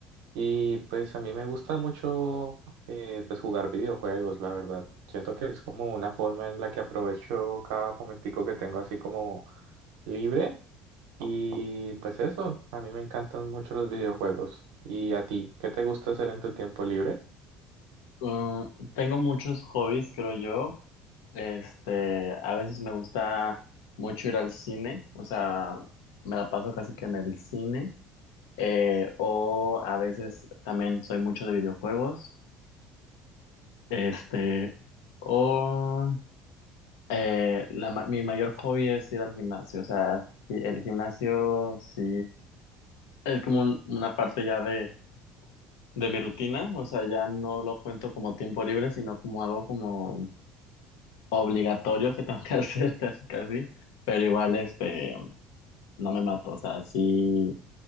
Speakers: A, on the right (about 85°); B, on the left (about 80°).
A: y pues a mí me gusta mucho eh, pues jugar videojuegos, la verdad. Siento que es como una forma en la que aprovecho cada momentico que tengo así como libre y pues eso, a mí me encantan mucho los videojuegos. ¿Y a ti? ¿Qué te gusta hacer en tu tiempo libre?
B: Ah, tengo muchos hobbies, creo yo. Este, a veces me gusta mucho ir al cine, o sea, me la paso casi que en el cine. Eh, o a veces también soy mucho de videojuegos. Este, o eh, la ma- mi mayor hobby es ir al gimnasio, o sea, sí, el gimnasio sí es como un- una parte ya de de mi rutina, o sea, ya no lo cuento como tiempo libre, sino como algo como obligatorio que tengo que <laughs> hacer casi casi, pero igual este no me mato, o sea, sí,